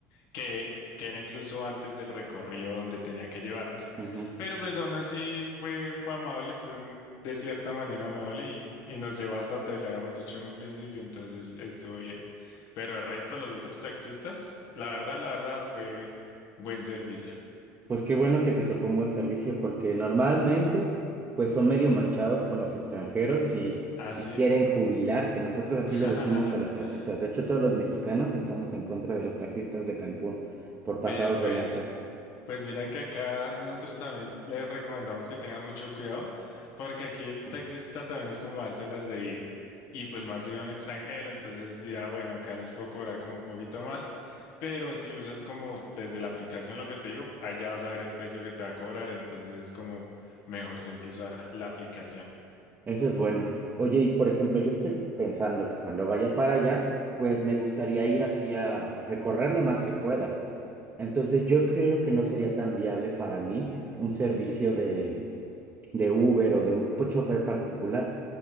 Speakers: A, on the left; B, on the right.
A: que, que era incluso antes del recorrido donde tenía que llevarnos.
B: ujú.
A: Pero pues aún así fue, fue amable, fue un- de cierta manera amable y, y nos llevó hasta donde le habíamos dicho en un principio, entonces estuvo bien. Pero el resto, los otros taxistas, la verdad, la verdad, fue buen servicio.
B: Pues qué bueno que te tocó un buen servicio, porque normalmente pues son medio manchados con los extranjeros y,
A: Así.
B: y quieren jubilarse. Nosotros así
A: <laughs>
B: le decimos a los taxistas. De hecho, todos los mexicanos estamos en contra de los taxistas de Cancún por
A: Vea
B: pasados
A: pues.
B: de lanza.
A: Pues mira que acá nosotros también le recomendamos que tengan mucho cuidado, porque aquí el
B: Mm,
A: taxista también es como dárselas de vivo. Y pues más si va un extranjero, entonces dirá, bueno, acá les puedo cobrar como un poquito más, pero si usas como desde la aplicación lo que te digo, ahí ya vas a ver el precio que te va a cobrar, entonces es como mejor siempre usar la aplicación.
B: Eso es bueno. Oye, y por ejemplo, yo estoy pensando que cuando vaya para allá, pues me gustaría ir así a recorrer lo más que pueda. Entonces yo creo que no sería tan viable para mí un servicio de Uber o de un chofer particular.